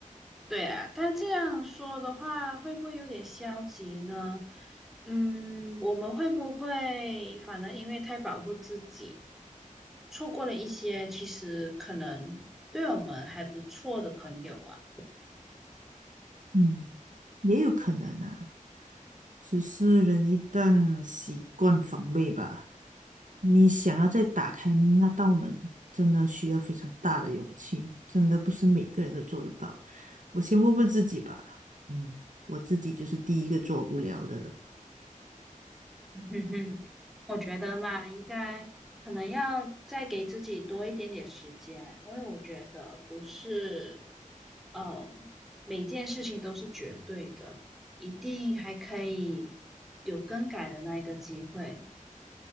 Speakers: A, in the centre; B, on the right.
A: 对啊。但这样说的话，会不会有点消极呢？嗯，我们会不会反而因为太保护自己，错过了一些其实可能对我们还不错的朋友啊？
B: 嗯，也有可能啊，只是人一旦习惯防卫吧，你想要再打开那道门，真的需要非常大的勇气，真的不是每个人都做得到。我先问问自己吧，嗯，我自己就是第一个做不了的。
A: 嗯哼，我觉得嘛，应该可能要再给自己多一点点时间，因为我觉得不是，呃，每件事情都是绝对的，一定还可以有更改的那一个机会。